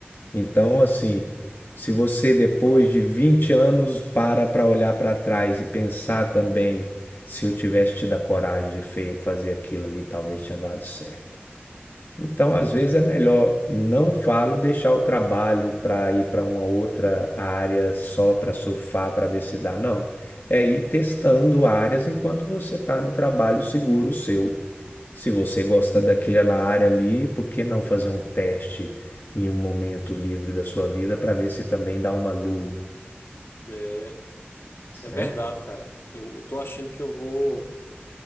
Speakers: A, on the left; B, on the left.
A: Então, assim, se você depois de 20 anos para para olhar para trás e pensar também, se eu tivesse tido a coragem de fe- fazer aquilo ali, talvez tinha dado certo. Então, às vezes é melhor, não falo deixar o trabalho para ir para uma outra área só para surfar, para ver se dá, não. É ir testando áreas enquanto você está no trabalho seguro seu. Se você gosta daquela área ali, por que não fazer um teste em um momento livre da sua vida para ver se também dá uma luz,
B: É, é
A: né?
B: verdade, cara. Eu, eu tô achando que eu vou